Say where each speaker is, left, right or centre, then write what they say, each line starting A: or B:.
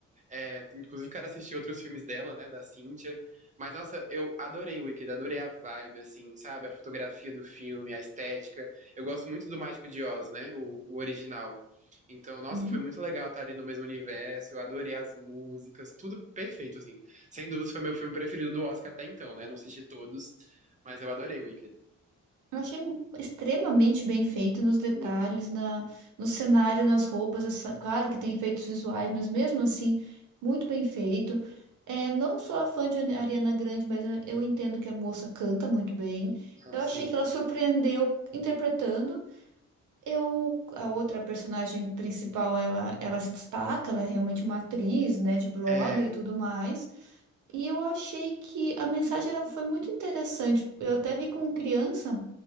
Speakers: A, on the right (about 25°); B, on the right (about 75°).
A: É, inclusive quero assistir outros filmes dela, né, da Cynthia, mas, nossa, eu adorei Wicked, adorei a vibe, assim, sabe? A fotografia do filme, a estética, eu gosto muito do Mágico de Oz, né? O, o original. Então, nossa,
B: Hum.
A: foi muito legal estar ali no mesmo universo. Eu adorei as músicas, tudo perfeito, assim. Sem dúvidas, foi meu filme preferido do Oscar até então, né? Não assisti todos, mas eu adorei Wicked.
B: Eu achei extremamente bem feito nos detalhes,
A: Muito.
B: na, no cenário, nas roupas. Essa, claro que tem efeitos visuais, mas mesmo assim, muito bem feito. É, não sou a fã de Ariana Grande, mas eu eu entendo que a moça canta muito bem. Eu
A: Assim.
B: achei que ela surpreendeu interpretando. Eu, a outra personagem principal, ela, ela se destaca, ela é realmente uma atriz, né, de Broadway
A: É.
B: e tudo mais. E eu achei que a mensagem era, foi muito interessante. Eu até vi com criança